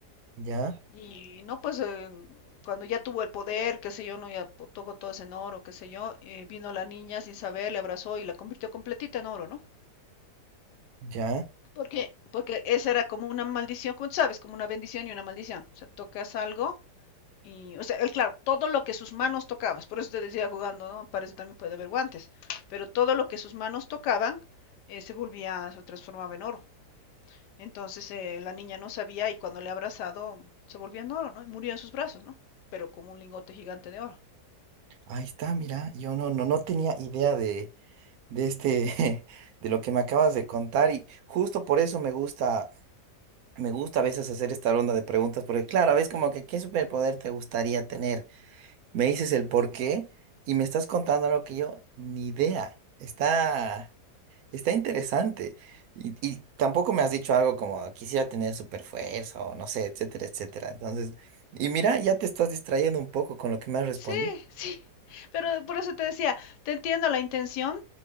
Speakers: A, on the right; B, on the left.
A: ya,
B: Y no, pues eh, cuando ya tuvo el poder, qué sé yo, no, ya po- tocó todo en oro, qué sé yo, eh, vino la niña sin saber, le abrazó y la convirtió completita en oro, ¿no?
A: ya.
B: Porque, porque esa era como una maldición, como tú sabes, como una bendición y una maldición. O sea, tocas algo Y, o sea, él, claro, todo lo que sus manos tocaban, por eso te decía jugando, ¿no? Para eso también puede haber guantes, pero todo lo que sus manos tocaban eh, se volvía, se transformaba en oro. Entonces eh, la niña no sabía y cuando le ha abrazado se volvía en oro, ¿no? Y murió en sus brazos, ¿no? Pero como un lingote gigante de oro.
A: Ahí está, mira, yo no, no, no tenía idea de de este, <laughs> de lo que me acabas de contar y justo por eso me gusta, me gusta a veces hacer esta ronda de preguntas porque claro, a veces como que qué superpoder te gustaría tener. Me dices el por qué y me estás contando algo que yo ni idea. Está, está interesante. Y, y tampoco me has dicho algo como quisiera tener superfuerza o no sé, etcétera, etcétera. Entonces, y mira, ya te estás distrayendo un poco con lo que me has respondido.
B: Sí, <laughs> sí, pero por eso te decía, te entiendo la intención,